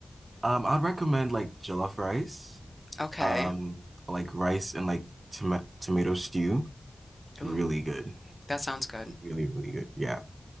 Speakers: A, on the right (about 50°); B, on the left (about 25°).
A: Um, I'd recommend like jollof rice,
B: Okay.
A: um, like rice and like toma tomato stew. Really
B: Ooh,
A: good.
B: that sounds good.
A: Really, really good. Yeah.